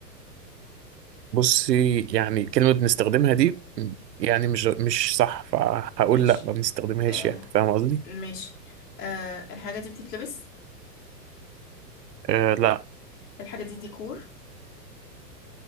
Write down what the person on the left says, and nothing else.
ماشي
آه،
ماشي آه الحاجة دي بتتلبس
الحاجة دي ديكور